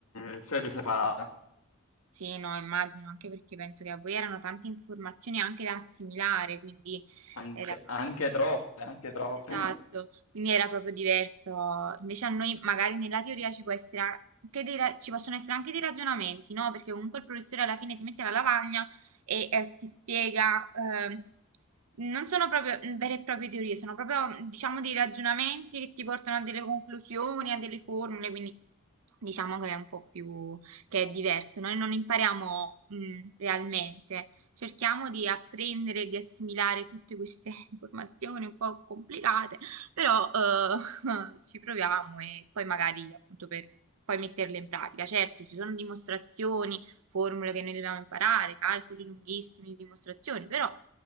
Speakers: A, on the left (about 75°); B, on the right (about 85°).
A: eh, sede separata.
B: Sì, no, immagino, anche perché penso che a voi erano tante informazioni anche da assimilare, quindi
A: Anche,
B: era
A: anche troppe, anche troppe.
B: Esatto, quindi era proprio diverso. Invece a noi magari nella teoria ci può essere anche dei ra- ci possono essere anche dei ragionamenti, no? Perché comunque il professore alla fine ti mette la lavagna e eh, ti spiega, eh, non sono proprio mm, vere e proprie teorie, sono proprio diciamo dei ragionamenti che ti portano a delle conclusioni, a delle formule, quindi diciamo che è un po' più, che è diverso. Noi non impariamo mm, realmente, cerchiamo di apprendere, di assimilare tutte queste <laughs> informazioni un po' complicate, però eh, <laughs> ci proviamo e poi magari appunto per poi metterle in pratica. Certo, ci sono dimostrazioni, formule che noi dobbiamo imparare, calcoli lunghissimi di dimostrazioni, però